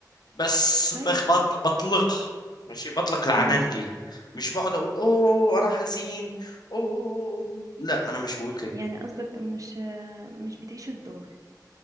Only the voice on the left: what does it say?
بس
بخ- بط- بطلقها ماشي بطلق العنان
ليها مش بقعد اقول اوه انا حزين اوه لا انا مش بقول كده